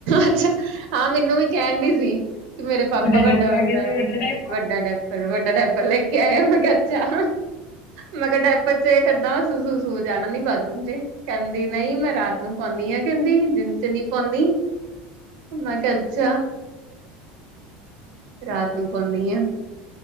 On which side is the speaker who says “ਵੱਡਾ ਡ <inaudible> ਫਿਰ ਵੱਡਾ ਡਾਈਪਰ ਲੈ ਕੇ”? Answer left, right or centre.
Right